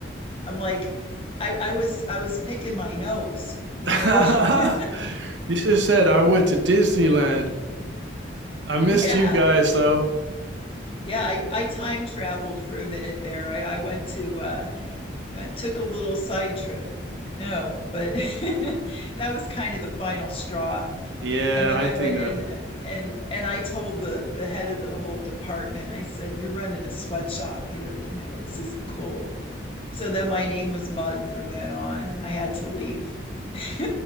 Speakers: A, on the left; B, on the right.
A: I'm like, I, I was I was picking my nose, you
B: <laughs>
A: know. <laughs>
B: You should have said I went to Disneyland. I missed
A: yeah,
B: you guys though.
A: yeah. I, I time traveled for a minute there. I, I went to uh, but it took a little side trip. No, but <laughs> that was kind of the final straw.
B: Yeah,
A: And then
B: I
A: I
B: think
A: went in
B: that.
A: and and I told the the head of the whole department, I said, "You're running a sweatshop here. You know this isn't cool." So then my name was Mud from then on, and I had to leave. <laughs>